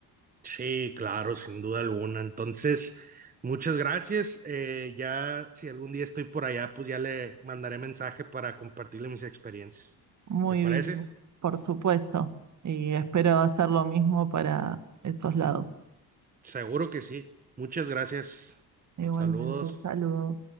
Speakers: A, on the right (about 20°); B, on the right (about 45°).
A: Sí, claro, sin duda alguna. Entonces, muchas gracias. Eh, ya si algún día estoy por allá, pues ya le mandaré mensaje para compartirle mis experiencias.
B: Muy
A: ¿Me parece?
B: bien, por supuesto. Y espero hacer lo mismo para esos lados.
A: Seguro que sí. Muchas gracias.
B: Igualmente,
A: Saludos.
B: saludos.